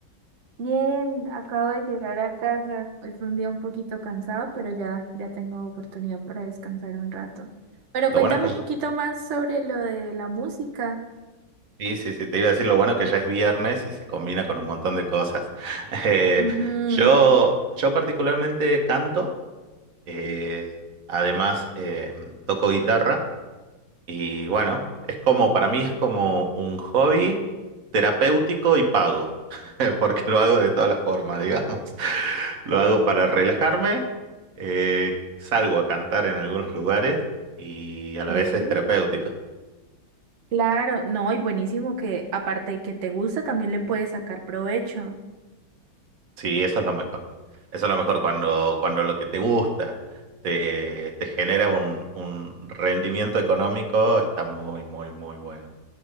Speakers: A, on the right; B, on the right.
A: Bien, acabo de llegar a casa. Hoy fue un día un poquito cansado, pero ya, ya tengo oportunidad para descansar un rato. Pero
B: Lo
A: cuéntame
B: bueno es
A: un
B: que,
A: poquito más sobre lo de la música.
B: sí, sí, sí, te iba a decir lo bueno que ya es viernes y se combina con un montón de cosas. <laughs> Eh,
A: Ujú,
B: yo, yo particularmente canto, eh, además eh, toco guitarra. Y bueno, es como, para mí es como un hobby terapéutico y pago, <laughs> porque lo hago de todas las formas, digamos. <laughs> Lo hago para relajarme, eh, salgo a cantar en algunos lugares y a la
A: Ok.
B: vez es terapéutico.
A: Claro, no, y buenísimo que aparte de que te gusta, también le puedes sacar provecho.
B: Sí, eso es lo mejor. Eso es lo mejor cuando, cuando lo que te gusta te, te genera un, un rendimiento económico, está muy, muy, muy bueno.